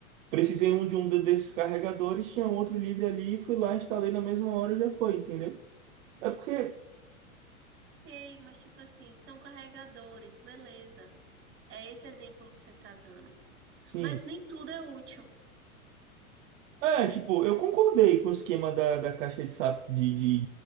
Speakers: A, on the right (about 60°); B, on the right (about 25°).
A: Precisei um de um de- desses carregadores, tinha outro livre ali, fui lá, instalei na mesma hora, já foi, entendeu? É porque,
B: ok mas tipo assim, são carregadores, beleza. É esse exemplo que você tá dando.
A: sim.
B: Mas nem tudo é útil.
A: É, tipo, eu concordei com o esquema da, da caixa de, sap- de, de,